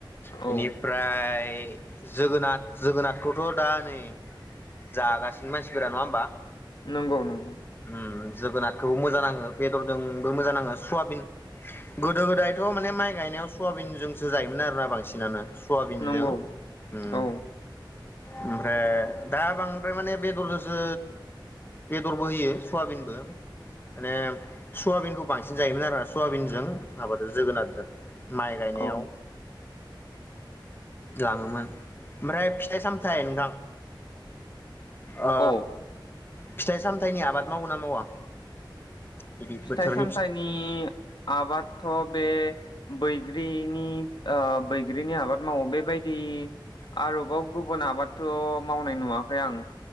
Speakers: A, on the left (about 25°); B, on the left (about 60°).
A: बेनिफ्राय
B: औ
A: ए जोगोनाथ जोगोनाथखौथ' दा नै जागासिनो मानसिफोरा नङा होमबा
B: नंगौ नंगौ।
A: उम जोगोनारखौबो मोजां नाङो बेदरजोंबो मोजां नाङो सवाबिन गोदो गोदायथ' माने माइ गायनायाव सवाबिनजोंसो जायोमोन आरोना बांसिनानो सवाबिनजों
B: नंगौ
A: उम।
B: औ
A: ओमफ्राय दा बांद्राय माने बेदरजोंसो बेदरबो होयो सवाबिनबो माने सवाबिनखौ बांसिन जायोमोन आरो सयाबिनजों माबादो जोगोनारजों माइ गायनायाव
B: औ
A: लाङोमोन ओमफ्राय फिथाइ सामथाय नोंथां। ओ
B: औ
A: फिथाइ सामथायाइनि आबाद मावो ना मावा? बिदि
B: फिथाइ
A: बोथोरनि
B: सामथाइनि आबादथ' बे बैग्रिनि ओ बैग्रिनि आबाद मावो बेबायदि आरो ब ग गुबुन आबादथ' मावनाय नुवाखै आं।